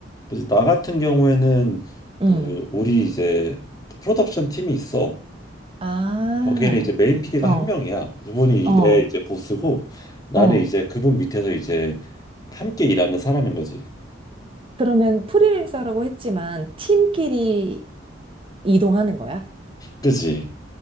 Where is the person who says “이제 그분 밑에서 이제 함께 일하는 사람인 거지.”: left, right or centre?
Left